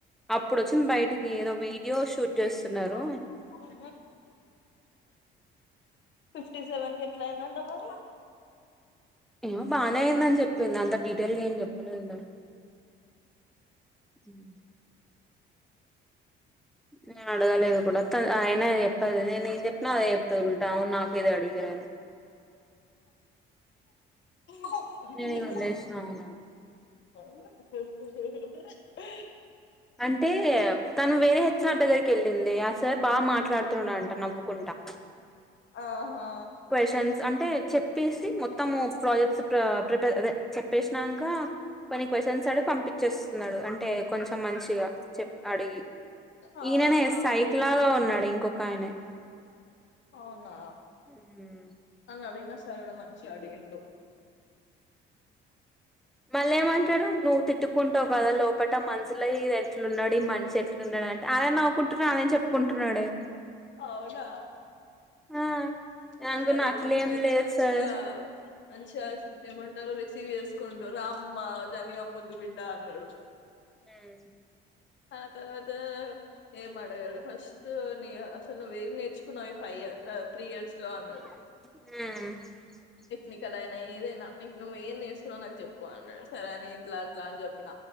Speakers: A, in the centre; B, on the left (about 60°).
A: అప్పుడు వచ్చింది బయటికి ఏదో వీడియో షూట్ చేస్తున్నారు
B: <unintelligible> ఫిఫ్టీ సెవెన్ కి ఎట్లా అయిందంట మరి
A: ఏమో బానే అయిందని చెప్పింది అంత డీటెయిల్గా ఏం చెప్ప తెలువదు లే నేను అడగలేదు ఒకటి వాతంది అయినా అది చెప్పదు కాదే చెప్పిన అదే చెప్పుతంటావు నాకు ఏది అడిగరని
B: మరి
A: నేను వదిలేసినను
B: <unintelligible>
A: అంటే తను వేరే హెచ్ఆర్ దగ్గరికి వెళ్ళింది సార్ బాగా మాట్లాడుతున్నాంట నవ్వుకుంటా
B: ఆహా
A: క్వ్చన్స్ అంట అంటే చెప్పేసి మొత్తము ప్రాజెక్ట్స్ ప్రిపేర్ చెప్పేసినాక కొన్ని క్వశ్చన్స్ ఆడి గి పంపించేస్తున్నాడు అంటే కొంచెం మంచిగా చెప్ అడిగి
B: ఆహా
A: ఈయననే సైక్లాగా ఉన్నాడు ఇంకొక ఆయనే
B: అవునా
A: ఉమ్
B: నాను అడిన సార్ కూడా మంచిగా అడిగిండు
A: మళ్ళ ఏమంటారు నువ్వు తిట్టుకుంటావు కదా లోప లోపట మనుసుల ఈయన ఎట్లన్నాడు ఈ మనిషి ఎట్లు ఉన్నాడు అంటే ఆయనే నవ్వుకుంటున్నాడు అయనే చెప్పుకుంటున్నాడే,
B: అవునా
A: ఆ
B: నన్ను
A: అనుకున్న
B: అడిగినోడు
A: అట్లేం
B: అయితే
A: లేదు
B: మంచిగా
A: సార్
B: మంచిగా ఏమంటారు రసీవ్ చేస్కుండు రామ్మ జనగం ముద్దు బిడ్డ అన్నాడు
A: ఊ
B: ఆ తర్వాత ఏం అడగాలే ఫస్ట్ నీ అసలు నువ్వు ఏం నేర్చుకున్నావ్ ఈ ఫైవ్ ఇయర్ త్రీ ఇయర్స్ లో అన్నాడు
A: హు
B: నీకు అదయినా ఏదైనా నీకు నువ్వు ఏది నేర్చుకున్నా నాకు చెప్పు అన్నాడు సరే అని ఎట్లా అట్లా అని చెప్పిన,